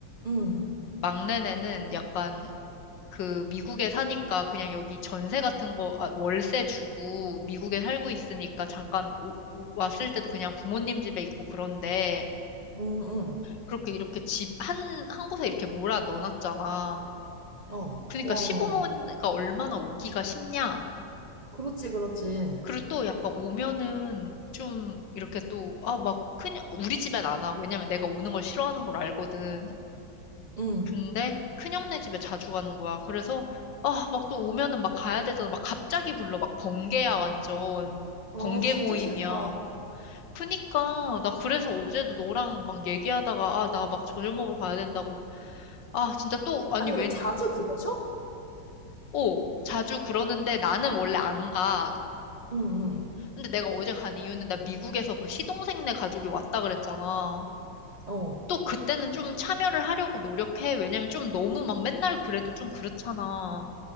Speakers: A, on the right; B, on the left.
A: 응,
B: 막내네는 약간 그 미국에 사니까 그냥 여기 전세 같은 거, 아, 월세 주고 미국에 살고 있으니까 잠깐 오- 오- 왔을 때도 그냥 부모님 집에 있고 그런데
A: 응, 응.
B: 그렇게 이렇게 집 한, 한 곳에 이렇게 몰아 넣어놨잖아.
A: 어.
B: 그러니까
A: 와,
B: 시부모가 얼마나 오기가 쉽냐.
A: 그렇지, 그렇지.
B: 그리고 또 약간 오면은 좀 이렇게 또, 아, 막 그냥, 우리 집엔 안 와. 왜냐면 내가 오는 걸 싫어하는 걸 알거든.
A: 응.
B: 근데 큰형네 집에 자주 가는 거야. 그래서 아, 막 또 오면은 막 가야 되잖아. 막 갑자기 불러. 막 번개야, 완전.
A: 아,
B: 번개
A: 진짜
B: 모임이야.
A: 싫다.
B: 그니까 나 그래서 어제도 너랑 막 얘기하다가 아, 나 막 저녁 먹으러 가야 된다고. 아, 진짜 또 아니
A: 아니,
B: 왠
A: 근데 자주 그러셔?
B: 오, 자주 그러는데 나는 원래 안 가.
A: 응, 응.
B: 근데 내가 어제 간 이유는 나 미국에서 그 시동생네 가족이 왔다 그랬잖아.
A: 어.
B: 또 그때는 좀 참여를 하려고 노력해. 왜냐면 좀 너무 막 맨날 그래도 좀 그렇잖아.